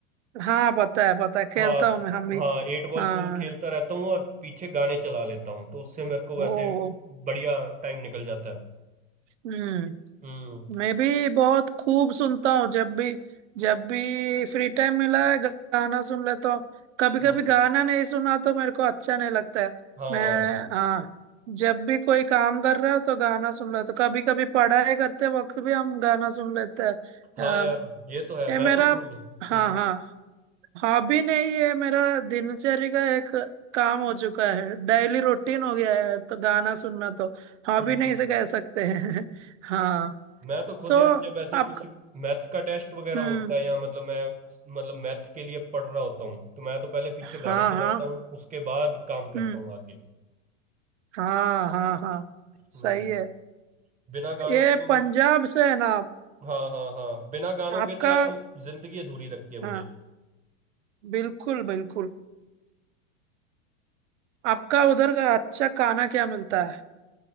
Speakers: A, on the right; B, on the right.
A: हाँ पता है पता है खेलता
B: हाँ
A: हूँ मैं हम भी
B: हाँ एट बॉल
A: हाँ
B: पूल खेलता रहता हूँ और पीछे गाने चला लेता हूँ तो उससे मेरे को
A: हो
B: वैसे
A: हो
B: बढ़िया टाइम निकल जाता है
A: हम्म
B: हम्म
A: मैं भी बहुत खूब सुनता हूँ जब भी जब भी फ्री टाइम मिला है गा- गाना सुन लेता हूँ कभी
B: हम्म
A: कभी गाना नहीं सुना तो मेरे को अच्छा नहीं लगता है
B: हाँ
A: मैं हाँ जब भी कोई काम कर रहा हो तो गाना सुन लेता हूँ कभी कभी पढ़ाई करते वक्त भी हम गाना सुन लेते हैं
B: हाँ यार
A: अ,
B: ये तो है
A: ये
B: मैं
A: मेरा
B: तो खुद
A: हाँ
B: हम्म
A: हाँ हॉबी नहीं है मेरा दिनचर्या का एक काम हो चुका है डेली रूटीन हो गया है तो गाना सुनना तो हॉबी
B: हम्म
A: नहीं से कह सकते हैं <laughs> हाँ
B: मैं तो खुद
A: तो
B: यार जब ऐसे
A: आप
B: कुछ मैथ का टेस्ट वगैरह
A: हम्म
B: होता है या मतलब मैं मतलब मैथ के लिए पढ़ रहा होता हूँ तो मैं तो पहले पीछे
A: हाँ
B: गाने चलाता
A: हाँ
B: हूँ उसके बाद काम करता
A: हम्म
B: हूँ आगे
A: हाँ हाँ हाँ
B: हम्म
A: सही है
B: बिना गानों
A: ये
B: के तो
A: पंजाब से है ना आप
B: हाँ हाँ हाँ बिना गानों
A: आपका
B: के तो यार जिंदगी अधूरी लगती है मुझे
A: हाँ बिल्कुल बिल्कुल आपका उधर का अच्छा खाना क्या मिलता है